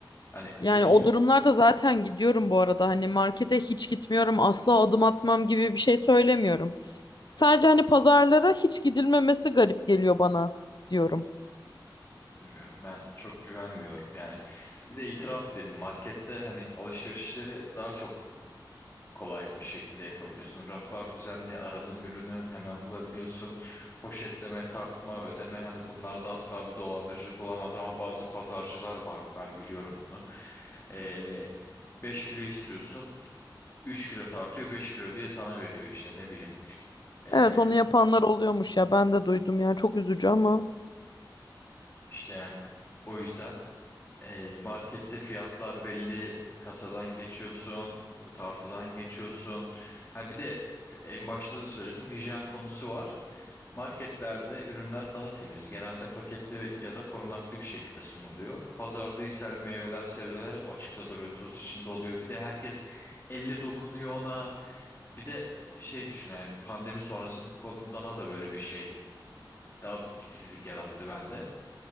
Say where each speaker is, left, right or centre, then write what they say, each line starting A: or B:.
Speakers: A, on the left; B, on the left.
A: hani
B: Yani
A: yoğun
B: o durumlarda zaten gidiyorum bu arada. Hani markete hiç gitmiyorum, asla adım atmam gibi bir şey söylemiyorum. Sadece hani pazarlara hiç gidilmemesi garip geliyor bana diyorum.
A: Bilmiyorum ben çok güvenmiyorum yani bir de itiraf edelim markette hani alışverişleri daha çok kolay bir şekilde yapabiliyorsun. Raflar düzenli aradığın ürünü hemen bulabiliyorsun. Poşetleme, tartma, ödeme hani bunlarda asla bir dolandırıcılık olamaz ama bazı pazarcılar var ben biliyorum bunu. Ee, 5 kilo istiyorsun 3 kilo tartıyor 5 kilo diye sana veriyor işte ne bileyim. Ee,
B: Evet onu yapanlar oluyormuş ya ben de duydum ya çok üzücü ama.
A: işte yani o yüzden E, markette fiyatlar belli, kasadan geçiyorsun, tartıdan geçiyorsun. Ha bir de en başta da söyledim hijyen konusu var. Marketlerde ürünler daha temiz. Genelde paketli ya da korunaklı bir şekilde sunuluyor. Pazarda ise her meyveler, sebzeler hep açıkta duruyor, toz içinde oluyor. Bir de herkes elle dokunuyor ona. Bir de şey düşün yani pandemi sonrası bu konu daha da böyle bir şey. Daha bir titizlik yarattı bende.